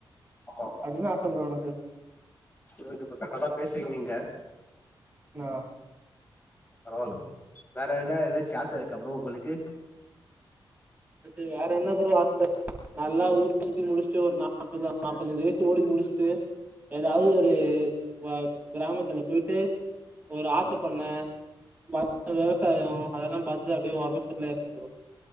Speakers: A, on the left; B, on the right.
A: ஆமா
B: அப்டின்னு ஆச ப்ரோ எனக்கு
A: சேரிங்க இப்ப கரைக்டாதா பேசுறீங்க நீங்க
B: நா
A: பரவால்ல வேற என்ன ஏதாச்சு ஆச இருக்கா ப்ரோ உங்களுக்கு
B: எனக்கு வேற என்ன ப்ரோ ஆச நல்லா ஊர் சுத்தி முடிச்சுட்டு ஒரு நாப்பது நாப்பத்தஞ்சு வயசு ஓடி முடிச்சுட்டு ஏதாவது ஒரு ப கிராமத்துல போயிட்டு ஒரு ஆட்டு
A: ஆ
B: பண்ண மத்த விவசாயோ அதெல்லா பாத்துட்டு அப்டியே ஒரமா செட்டில்லாயிடுனு ப்ரோ